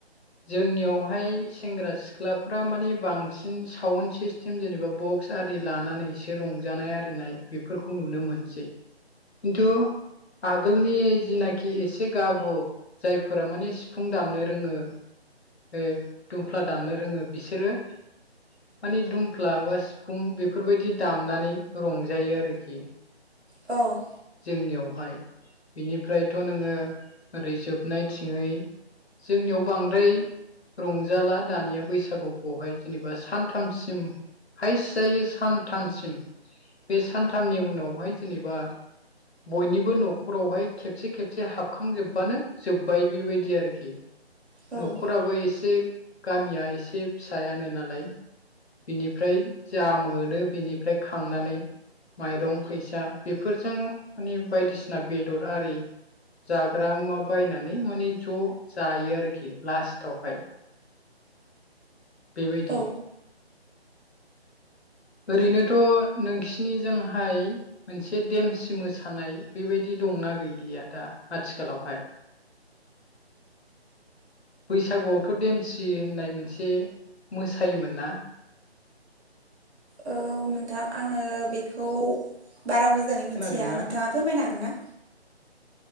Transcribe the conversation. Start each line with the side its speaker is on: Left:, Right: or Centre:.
Left: जोंनियावहाय सेंग्रा सिख्लाफ्रा मानिे बांसिन बिसिन साउन्ड सिस्टेम जेनेबा बक्स आरि लानानै एसे रंजानाय आरिनाय बेफोरखौ नुनो मोनसै खिन्थु आगोलनि जिनाखि एसे गाबु जायफोरा माने सिफुं दामनो रोङो बे दुमफ्ला दामनो रोङो बिसोरो माने दुमफ्ला बा सिफुं बेफोरबायदि दामनानै रंजायो आरोखि
Right: औ
Left: जोंनियावहाय बिनिफ्रायथ' नोङो ओरै जोबनाय थिङै जोंनियाव बांद्राय रंजाला दानिया बैसागुखौहाय जेनेबा सानथामसिम हाइस्ट जायो सानथामसिम बे सानथामनि उनावहाय जेनेबा बयनिबो नखरावहाय खेबसे खेबसे हाबखांजोबबानो जोब्बाय बेबायदि आरोखि
Right: औ
Left: न'खराबो एसे गामिया एसे फिसायानो नालाय बिनिफ्राय जा मोनो बिनिफ्राय खांनानै माइरं फैसा बेफोरजों माने बायदिसिना बेदर आरि जाग्रा मुवा बायनानै माने ज जायो आरोखि लास्टावहाय बेबायदि
Right: ओ
Left: ओरैनोथ' नोंसिनिजोंहाय मोनसे देमसि मोसानाय बेबायदि दंना गैलिया दा आथिखालावहाय बैसागुआव थ देमसि होननाय मोनसे मोसायोमोन ना
Right: औ नोंथां आङो बेखौ बारा मोजाङै
Left: खोनादोंना
Right: मिथिया नोंथाङा फोरमायनो हागोन ना